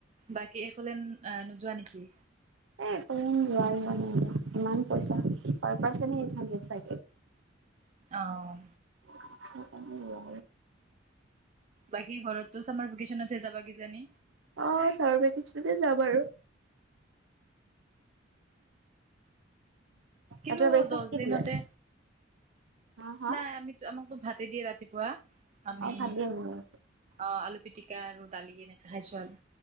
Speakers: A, on the right (about 35°); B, on the right (about 75°).
A: বাকী একলেন আহ নোযোৱা নেকি?
B: এই নোৱাৰিম ইমান পইচা প প্চা।
A: আহ।
B: অ।
A: বাকী ঘৰতো চামাৰ ভেকেচনতহে যাবা কিজানি
B: আহ চামাৰ ভেকেচনতে যাম আৰু।
A: কিন্তু
B: আচ্ছা বেদফাষ্ট
A: দহ
B: কি
A: দিনতে
B: দিলে। হা হা
A: নাই আমিতো আমাকতো ভাতে দিয়ে ৰাতিপুৱা। কোৱা আমি
B: অ ভাত দিয়ে নেকি?
A: অ আলু পিটিকা আৰু দালি নেখাছো আৰু।